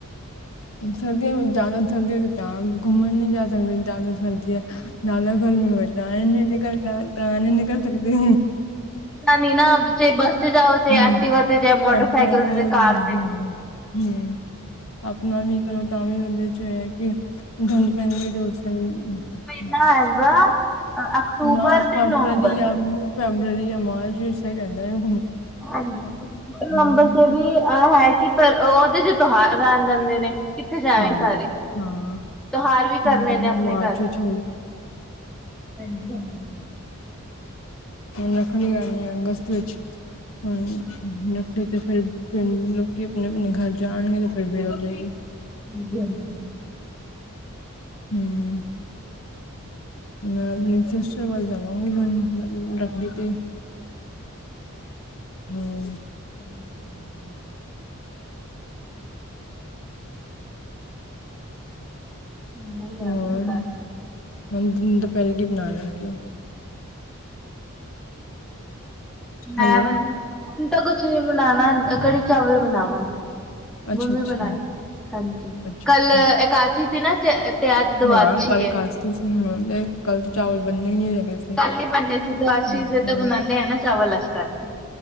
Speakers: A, on the left (about 70°); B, in the centre.
A: ਸਰਦੀਆਂ ਵਿਚ ਜਾਦਾ ਠੰਡ ਤੇ ਤਾਂ ਘੁੰਮਣ ਨੀ ਜਾ ਸਕਦੇ ਜਾਦੇ ਸਰਦੀ ਐ ਨਾਲ ਗਰਮੀ ਹੋਏ ਤਾਂ ਐਂਜ ਨੀ ਨਿਕਲ ਨਾਲ ਤਾਂ ਨੀ ਨਿਕਲ ਸਕਦੇ।
B: ਨੀ ਨਾ ਜੇ ਬੱਸ ਚ ਜਾਓ ਚਾਹੇ
A: ਹਮ
B: ਐਕਟੀਵਾ ਤੇ ਚਾਹੇ ਮੋਟਰਸਾਈਕਲ
A: ਇਹਜ ਹ
B: ਤੇ ਕਾਰ ਤੇ
A: ਹਮ! ਆਪਣਾ ਵੀ ਕਰੋ ਤਾਂ ਵੀ ਉਹਦੇ ਚ ਇਹ ਹੈ ਕਿ, ਗੰਡ ਪੈਂਦੀ ਦੱਸਾਂਗੀ
B: ਮਹੀਨਾ
A: <unintelligible>
B: ਹੈਗਾ ਅਕਤੂਬਰ
A: ਮੈਂ ਫੇਬਰਰੀ
B: ਤੇ ਨਵੰਬਰ
A: ਜਾਂ ਫੇਬਰਰੀ ਜਾਂ ਮਾਰਚ ਸਹੀ ਰਹਿੰਦਾ ਆ।
B: ਹਾਂਜੀ
A: ਹੂੰ,
B: ਨੰਬਰ ਤੇ ਵੀ ਅਹ ਹੈ। ਪਰ ਉਹ ਉਹਦੇ ਚ ਤਿਉਹਾਰ ਆ ਜਾਂਦੇ ਨੇ ਕਿੱਥੇ ਜਾਵੇ
A: ਹਾਂ।
B: ਸਾਰੇ?
A: ਹਾਂ,
B: ਤਿਉਹਾਰ ਵੀ ਕਰਨੇ
A: ਹਮ,
B: ਨੇ ਆਪਣੇ
A: ਮਾਰਚ
B: ਘਰ
A: ਵਿੱਚ
B: ਹਜੀ ਹੰਜੀ।
A: ਹਮ ਰਖਣੀ ਆਣੀ ਆਗਸਤ ਵਿੱਚ ਹਮ। ਨਕਲੀ ਤੇ ਫਿਰ ਲੋਕੀ ਆਪਣੇ ਆਪਣੇ ਘਰ ਜਾਣਗੇ ਤੇ ਫਿਰ ਦੇਰ ਹੋ ਜਾਏਗੀ।
B: <unintelligible>
A: ਹਮ।
B: <inaudible>
A: ਮੈਂ ਆਪਣੀ ਸਿਸਟਰ ਵੱਲ ਜਾਵਾਂਗੀ ਰੱਕੜੀ ਤੇ। ਹਮ!
B: <inaudible> ਨਹੀਂ
A: ਹੋਰ
B: ਆਦਾਰ ਕਰਤਾਂ,
A: ਹੁਣ ਦੁਪਹਿਰੇ ਕੀ ਬਣਾ ਲੱਗੇ ਉ?
B: ਮੈਂ
A: ਹੈਲੋ
B: ਬ ਹੁਣ ਤਾਂ ਕੁਛ ਨੀ ਬਣਾਣਾ ਕੜੀ ਚਾਵਲ ਬਣਾਵਾਂਗੀ।
A: ਅੱਛਾ
B: ਮੰਮੀ
A: ਅੱਛਾ
B: ਬਣਾਏ ਹਾਂਜੀ
A: ਅੱਛਾ
B: ਕੱਲ
A: ਅੱਛਾ
B: ਇਕਾਚੀ ਸੀ ਨਾ। ਤੇ ਅੱਜ ਦਵਾਦਸ਼ੀ
A: ਹਾਂ ਕੱਲ
B: ਏ
A: ਏਕਾਦਸੀ ਸੀ ਹੁਣ ਤੇ ਕੱਲ ਚਾਵਲ ਬੰਨੇ ਹੀ ਨਹੀਂ। ਹੈਗੇ ਸੀ
B: ਕੱਲ ਨੀ ਬਣਨੇ ਸੀ ਦੋ ਅਸ
A: ਹਾਂ
B: ਚੀਜ਼ੇ ਤਾਂ ਬਣਾਉਦੇ ਹ ਨਾ ਚਾਵਲ ਇਸ ਕਰਕੇ।